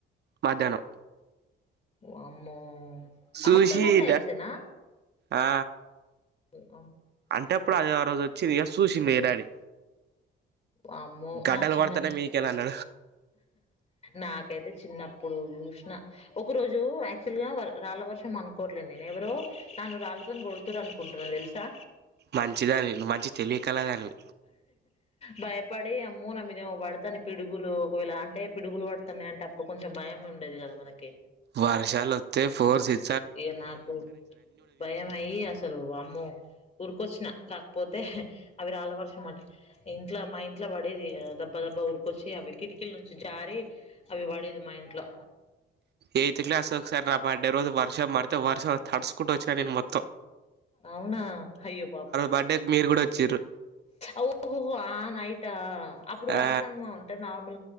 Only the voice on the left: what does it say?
వామ్మో
ఆఫ్టర్నూన్ టైమ్స్నా
అ <unintelligible>
వామ్మో
నా చిన్న
నాకైతే చిన్నప్పుడు చూసిన ఒక రోజు యాక్చువల్ గా రాళ్ళ వర్షం అనుకోవట్లేండి నేను ఎవరో తను రాళ్ళతోని గడ తు అనుకుంటున్నారు తెలుసా
భయపడి అమ్మో నా మీదేమో పడతాను పిడుగులు కొలా అంటే పిడుగులు పడుతున్నాయంటే అప్పుడు కొంచెం భయం ఉండేది కదా మనకి
ఇక నాకు భయం అయి అసలు అమ్మో ఉరికొచ్చిన కాకపోతే అవి రాళ్ళ వర్షం అంట అమాట ఇంట్లో మా ఇంట్లో పడేది దెబ్బా దెబ్బా ఉరికొచ్చి అవి కిటికీల నుంచి జారి అవి పడేది మా ఇంట్లో.
అవునా అయ్యో పాపం
ఓహోహో ఆ నైటా అప్పుడు
వర్షం అంటే నా మ